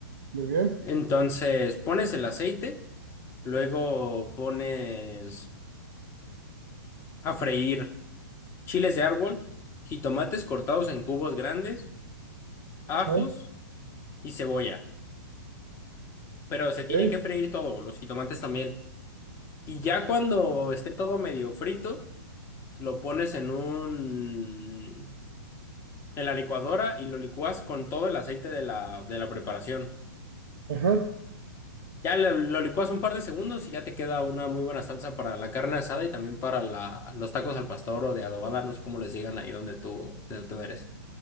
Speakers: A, on the right; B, on the left.
A: Muy bien.
B: Entonces pones el aceite, luego pones a freír chiles de árbol, jitomates cortados en cubos grandes, ajos
A: Ajá,
B: y cebolla. Pero se tiene
A: ok.
B: que freír todo, los jitomates también. Y ya cuando esté todo medio frito, lo pones en un... en la licuadora y lo licúas con todo el aceite de la, de la preparación.
A: Ajá.
B: Ya lo, lo licuas un par de segundos y ya te queda una muy buena salsa para la carne asada y también para la, los tacos al pastor o de adobada, no sé cómo les digan ahí donde tú, de donde tú eres.